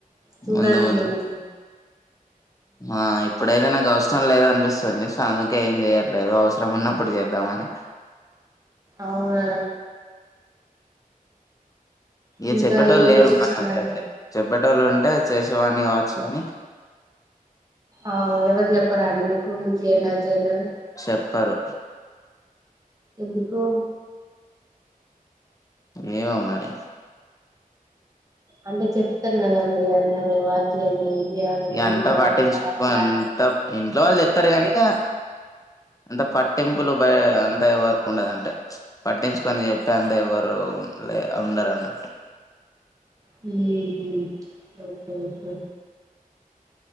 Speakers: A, on the right (about 25°); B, on the left (about 25°).
A: చూడండి
B: ముందు ముందు
A: మరైతే ఇగ
B: ఆ ఇప్పుడైనా నాకు అవస ఇష్టం లేదు అనిపిస్తుంది సో అందుకే ఏం చెయట్లేదు అవసరం ఉన్నప్పుడు చేద్దామని
A: అవునా
B: ఇక
A: ఇంకా
B: చెప్పోటోల్లు
A: ఏం
B: లేరు
A: విశేషాలండి
B: మా చె <unintelligible> చెప్పెటోల్లు ఉంటే చేసేవాన్ని కావచ్చు కానీ
A: ఆ ఎవరు చెప్పరా అండి మీకు ఇది చేయండి అది చేయండి అని
B: చెప్పరు
A: ఎందుకో
B: ఏమో మరి
A: అంటే చెప్తారు కదండీ అందరు అది చేయండి ఇది చేయాలి
B: ఇగ
A: ఇంట్లో
B: అంత పట్టించుకో
A: అట్లా అట్లా
B: అంత ఇంట్లో వాళ్ళు చెప్తారు కానీ ఇగ అంత పట్టింపులు బ అంత ఎవరకు ఉండద అంటే పట్టించుకొని చెప్పి అంత ఎవరు ఉ లే ఉండరన్నటు
A: హూ హమ్ ఓకే ఓకే